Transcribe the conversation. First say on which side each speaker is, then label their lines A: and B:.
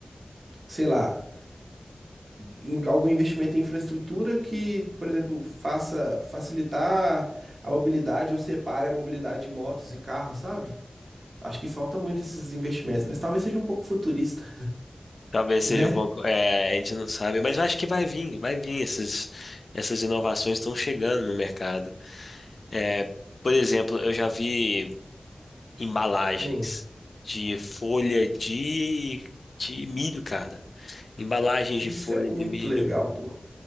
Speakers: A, on the right; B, on the left.
A: sei lá em algum investimento em infraestrutura que, por exemplo, faça facilitar a mobilidade ou separe a mobilidade de motos e carros, sabe? Acho que falta muito esses investimentos, mas talvez seja um pouco futurista,
B: Talvez
A: né?
B: seja um pouco. É, a gente não sabe, mas eu acho que vai vir, vai vir. Essas, essas inovações estão chegando no mercado. É, por exemplo, eu já vi embalagens
A: Hum.
B: de folha de, de milho, cara. Embalagens
A: Isso
B: de folha
A: é muito
B: de milho,
A: legal, pô.